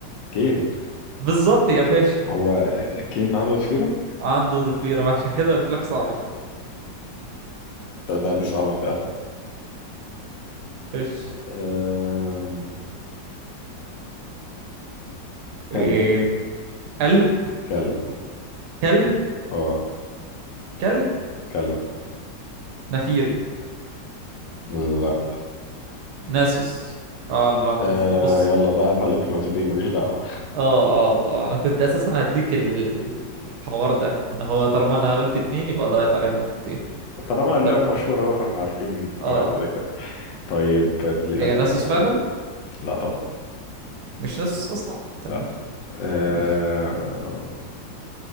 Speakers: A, on the left; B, on the right.
A: كين
B: بالظبط يا باشا
A: هو كين عنده ضفيرة؟
B: عنده ضفيرة ما عشان كده قلت لك صعبة
A: طب لا دي صعبة فعلا
B: خش
A: أم...
B: إيه
A: كلب
B: قلب
A: كلب
B: كلب
A: اه
B: كلب
A: كلب
B: نفيري
A: لا
B: ناسوس اه لا، مف-
A: أه
B: بص
A: يلا ضاعت عليك نقطتين ماليش دعوة
B: اه اه اه انا كنت اساسا هديك ال- الحوار ده ان هو طالما انا قلت اتنين يبقى ضاعت عليا نقطتين
A: طالما اللعبة
B: طب
A: مشهورة بقى فاحنا عارفين قواعد
B: اه
A: كده كده طيب ادي لك
B: هي
A: حاجة
B: ناسوس
A: تانية
B: فعلا
A: لا طبعا
B: مش ناسوس اصلا تمام
A: لا أه...
B: ماشي